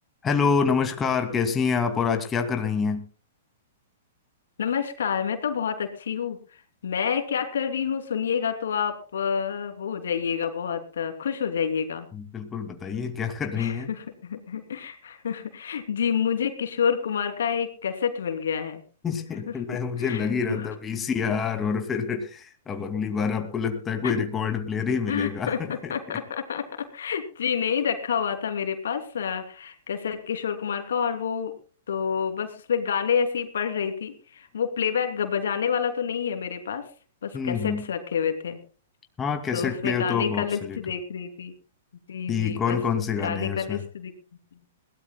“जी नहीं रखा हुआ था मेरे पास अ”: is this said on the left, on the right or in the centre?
Left